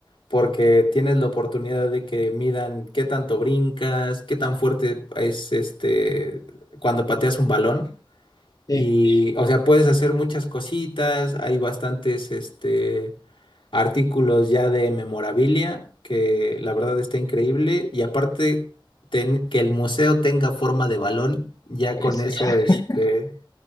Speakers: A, on the left (about 80°); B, on the left (about 45°).
A: porque tienes la oportunidad de que midan qué tanto brincas, qué tan fuerte es este cuando pateas un balón.
B: Sí,
A: Y, o sea, puedes hacer muchas cositas. Hay bastantes este, artículos ya de memorabilia que la verdad está increíble. Y aparte, ten- que el museo tenga forma de balón, ya
B: eso
A: con eso,
B: ya.
A: este.
B: <laughs>